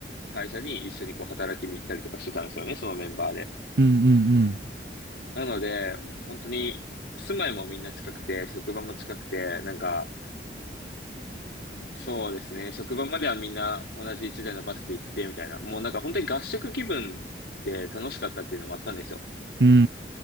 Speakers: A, on the left; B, on the right.
A: 会社に一緒にこう働きに行ったりとかしてたんですよね、そのメンバーで。
B: うん、うん、
A: なので、本当に住まいもみんな近くて、職場も近くて、なんか、そうですね、職場まではみんな同じ一台のバスで行ってみたいな、もうなんか本当に合宿気分で楽しかったっていうのもあったんですよ。
B: うん、うん、う